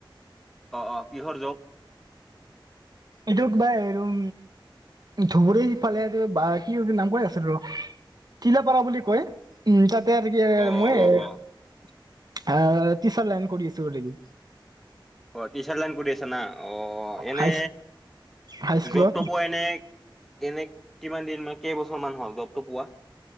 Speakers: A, in the centre; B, on the right.
A: অ অ কিহৰ জব
B: এইটোক ভাইম ধুবুৰীফালে বা কি নাম ক আছে ৰ। টিলাপাৰা বুলি কয় উ তাতে আৰু কি
A: অ',
B: মই
A: অ', অ',
B: আহ
A: অ',
B: তিছাৰ লাইন কৰি আছোঁ অলৰেডী।
A: অটিচাৰ লাইন কৰি আছা। আ না অ এনে
B: হাই হাইস্কুলত
A: জপ তপো এনে এনে কিমান দিন কেইবছৰ মান হ'ল জবটো পোৱা